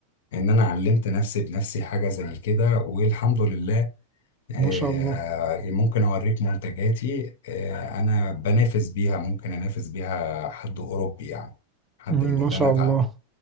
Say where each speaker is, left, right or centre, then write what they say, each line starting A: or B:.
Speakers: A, on the left (about 70°); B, on the right (about 20°).
A: ان انا علمت نفسي بنفسي حاجه زي كده والحمد لله آه،
B: ما شاء الله
A: ممكن اوريك منتجاتي آه، انا بنافس بيها ممكن انافس بيها حد اوروبي يعني حد
B: مم.
A: من
B: ما
A: اللي
B: شاء
A: انا تع...
B: الله